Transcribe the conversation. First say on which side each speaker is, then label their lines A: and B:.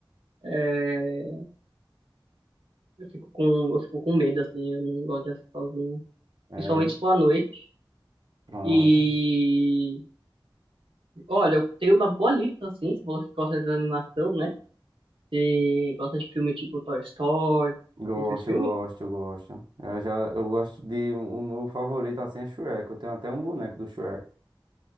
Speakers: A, on the right (about 80°); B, on the right (about 55°).
A: é, Eu fico com, eu fico com medo, assim, eu não gosto de assistir sozinho.
B: É,
A: Principalmente
B: hein?
A: se for à noite.
B: pronto.
A: E olha, eu tenho uma boa lista, assim, se você gosta de animação, né? Se gosta de filme tipo Toy Story,
B: Gosto,
A: esses filmes.
B: eu gosto, eu gosto. Eu já, eu gosto de, o meu favorito assim é Shrek. Eu tenho até um boneco do Shrek.